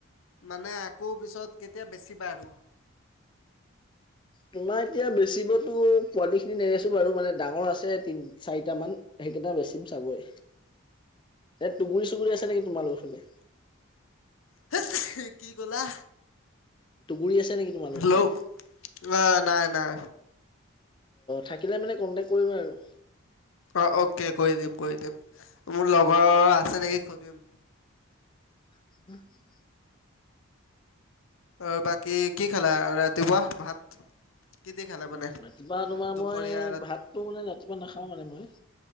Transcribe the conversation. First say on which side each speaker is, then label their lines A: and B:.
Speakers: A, on the left (about 70°); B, on the left (about 20°).
A: মানে আকৌ পিছত কেতিয়া বেচিবা আৰু?
B: তোমাৰ এতিয়া বেচিবতো পোৱালিখিনি নেবেছো বাৰু, মানে ডাঙৰ আছে তি চাৰিট মান সেইকেইটা বেচিম চাগৈ এ টুগুৰি চুগুৰি
A: অ'
B: আছে নেকি তোমাৰলোকৰ ফালে?
A: হেঁচি কি ক'লা?
B: তুগুৰি আছে নেকি? তোমালোকৰ
A: ক্লক
B: ফালে?
A: অ, নাই-নাই।
B: থাকিলে মেনে কণ্টেক্ট কৰিম আৰু।
A: অ, অকে কৰি দিম-কৰি দিম মোৰ লগৰ আছে নেকি সুধিম।
B: <unintelligible>
A: অ, বাকী কি খালা ৰাতিপুৱা ভাত? কিদি খালা মানে?
B: ৰাতিপুৱা তোমাৰ
A: দুপৰীয়া
B: মই ভাতটো মানে ৰাতিপুৱা নাখাও মানে মই।